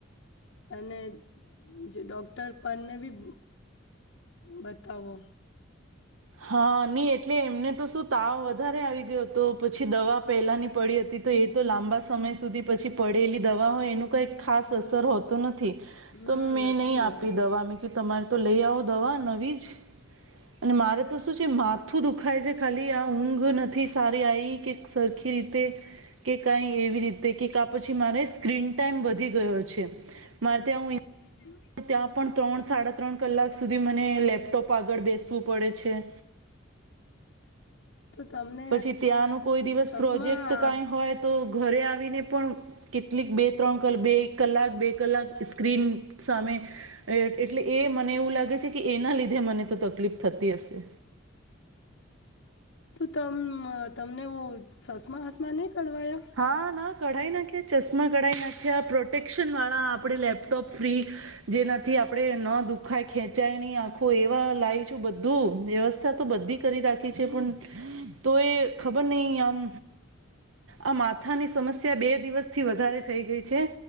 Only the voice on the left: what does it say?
અને જે ડૉક્ટર પણ ને બી બતાવો
હમ
નથી
હોવે
એમ
હમ
તો તમને
ચશ્મા
તું તમ તમને સસમા હસમા નહીં કઢવાયા